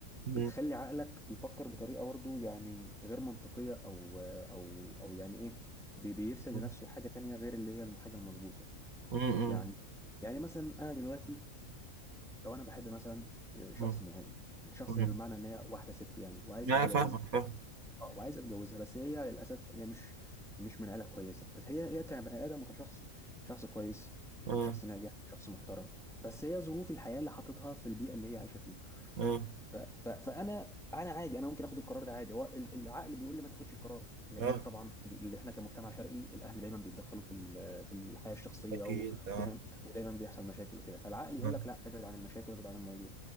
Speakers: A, on the right; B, in the centre.
A: مم.
B: بتخلي عقلك يفكر بطريقه برضه يعني غير منطقيه او او او يعني ايه بي- بيرسم
A: مم.
B: لنفسه حاجه تانية غير اللي هي الحاجه المظبوطه
A: مم.
B: يعني يعني مثلا انا دلوقتي لو انا بحب مثلا آه، شخص
A: مم.
B: معين الشخص
A: مم.
B: ده بمعنى ان هي واحده ست يعني وعايز
A: لا
B: اتجوزها
A: فاهمك فاهم
B: اه وعايز اتجوزها بس هي للاسف هي مش مش من عيله كويسه بس هي هي كبني ادم وكشخص شخص كويس
A: اه
B: شخص ناجح شخص محترم بس هي ظروف الحياه اللي حاططها في البيئه اللي هي عايشه فيها
A: اه
B: ف... ف... فانا انا عادي انا ممكن اخد القرار ده عادي هو ال- العقل بيقول لي ما تاخدش القرار لان
A: اه
B: طبعا اللي احنا كمجتمع شرقي الاهل دايما بيتدخلوا في ال- في الحياه الشخصيه
A: اكيد
B: ودايما
A: اه
B: ودايما بيحصل مشاكل وكده فالعقل يقول
A: اه
B: لك لا ابعد عن المشاكل وابعد عن الموضوع